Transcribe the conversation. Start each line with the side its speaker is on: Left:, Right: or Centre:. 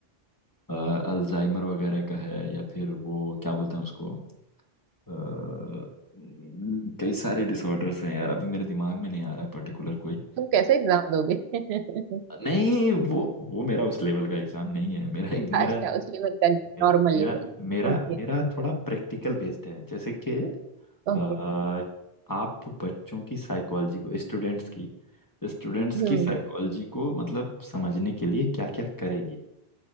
Left: अल्जाइमर वगैरह का है या फिर वो क्या बोलते हैं उसको अ, हम्म, कई सारे डिसऑर्डर्स हैं यार अभी मेरे दिमाग में नहीं आ रहा है पर्टिकुलर कोई
Right: तुम कैसे एग्जाम दोगे <laughs>
Left: नहीं वो वो मेरा उस लेवल का एग्जाम नहीं है मेरा
Right: अच्छा
Left: मेरा
Right: उस लेवल का नहीं
Left: मेरा
Right: नॉर्मल
Left: मेरा
Right: लेवल का
Left: मेरा,
Right: ओके
Left: मेरा थोड़ा प्रैक्टिकल बेस्ड है जैसे कि अ,
Right: ओके
Left: आप बच्चों की साइकोलॉजी को स्टूडेंट्स की स्टूडेंट्स
Right: हम्म
Left: की साइकोलॉजी को मतलब समझने के लिए क्या क्या करेंगे